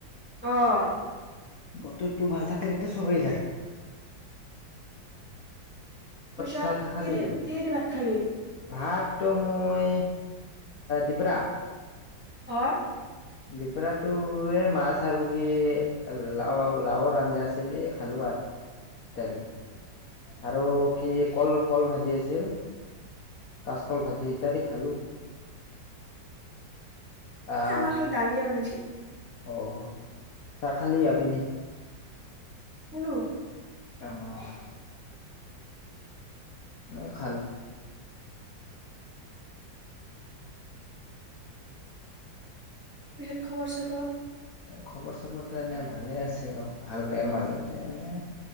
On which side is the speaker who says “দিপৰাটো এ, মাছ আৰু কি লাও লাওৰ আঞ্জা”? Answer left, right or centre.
Left